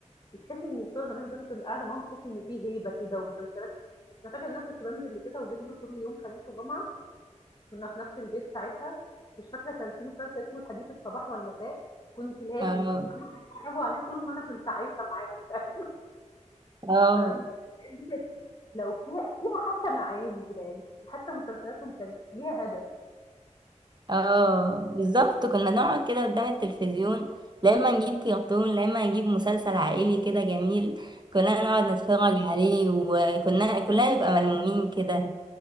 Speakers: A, on the left; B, on the right.
A: بتحسي إن بتوع زمان دول كان قاعدة معاهم تحسي إن في هيبة كده ومسلسلات أنا فاكرة إن أنا كنت بانزل لتيتة وجده كل يوم خميس وجمعة كنا في نفس البيت ساعتها، مش فاكرة كان في مسلسل اسمه الحديث الصباح والمساء، كنت لازم
B: اه
A: يتفرّجوا عليه طول ما أنا كنت عايشة معاهم تقريبًا،
B: اه
A: <laughs> فأنا الحاجات دي كانت لو فيها فيها حتى معاني كده يعني، حتى مسلسلاتهم كانت ليها هدف،
B: اه بالظبط كنا نقعد كده قدام التلفزيون لا اما نجيب كرتون لا اما نجيب مسلسل عائلي كده جميل كنا نقعد نتفرج عليه وكنا كلنا نبقى ملمومين كده